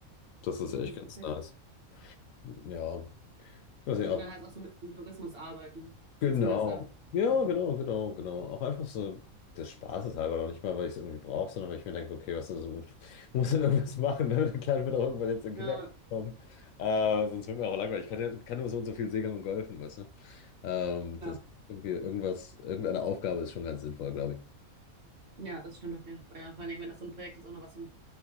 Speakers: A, on the left; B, on the right.
A: Das ist echt
B: ja, perfekt.
A: ganz nice. Ja, ich weiß nicht,
B: Also
A: auch.
B: dann heißt auch so mit dem Tourismus arbeiten,
A: Genau.
B: beziehungsweise,
A: Ja,
B: ja,
A: genau, genau, genau. Auch einfach so des Spaßes halber, noch nicht mal, weil ich es irgendwie brauche, sondern weil ich mir denke, okay, was ist, so- <laughs> muss dann irgendwas machen, ne? Der Kleine wird auch irgendwann jetzt in den
B: ja,
A: Kindergarten kommen. Äh, sonst wird mir auch langweilig. Ich kann, ja, kann nur so und so viel segeln und golfen, weißt du? Ähm,
B: ja,
A: das irgendwie irgendwas, irgendeine Aufgabe ist schon ganz sinnvoll, glaube ich.
B: Ja, das stimmt auf jeden Fall. Ja, vor allem, wenn das so ein Projekt ist, auch noch was so